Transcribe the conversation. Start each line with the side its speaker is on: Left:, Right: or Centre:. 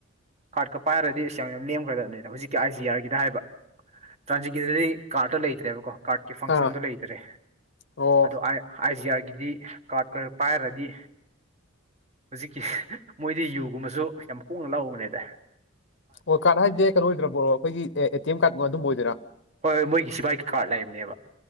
Right: ꯀꯥꯔꯠꯀ ꯄꯥꯏꯔꯗꯤ ꯁꯤ ꯌꯥꯝ ꯌꯥꯝ ꯂꯦꯝꯈ꯭ꯔꯗꯕꯅꯤꯗ ꯍꯧꯖꯤꯛꯀꯤ ꯑꯥꯏ ꯖꯤ ꯑꯥꯔꯒꯤꯗ ꯍꯥꯏꯕ ꯆꯥꯟꯁꯤꯀꯤꯗꯨꯗꯤ ꯀꯥꯔꯇꯣ ꯂꯩꯇ꯭ꯔꯦꯕꯀꯣ ꯀꯥꯔꯠꯀꯤ ꯐꯪꯁꯟꯗꯨꯣ
Left: ꯑꯥ
Right: ꯂꯩꯇ꯭ꯔꯦ
Left: ꯑꯣ
Right: ꯑꯗꯣ ꯑꯥꯏꯖꯤ ꯑꯥꯔ ꯑꯗꯨꯗꯤ ꯀꯥꯔꯠ ꯈꯔ ꯄꯥꯏꯔꯗꯤ ꯍꯧꯖꯤꯛꯀꯤ ꯃꯣꯏꯗꯤ ꯌꯨꯒꯨꯝꯕꯁꯨ ꯌꯥꯝ ꯍꯣꯡꯅ ꯂꯥꯛꯎꯧꯕꯅꯦꯗ
Left: ꯑꯣ ꯀꯥꯔꯗ ꯍꯥꯏꯁꯦ ꯀꯩꯅꯣ ꯑꯣꯏꯗ꯭ꯔꯕꯣꯔꯣ ꯑꯩꯈꯣꯏꯒꯤ ꯑꯦ ꯇꯤ ꯑꯦꯝ ꯀꯥꯔꯗꯕ ꯑꯗꯨꯝꯕ ꯑꯣꯏꯗꯣꯏꯥ
Right: ꯍꯣꯏ ꯍꯣꯏ ꯃꯣꯏꯒꯤ ꯁꯤꯐꯥꯏꯒꯤ ꯀꯥꯔꯠ ꯂꯩꯕꯅꯦꯕ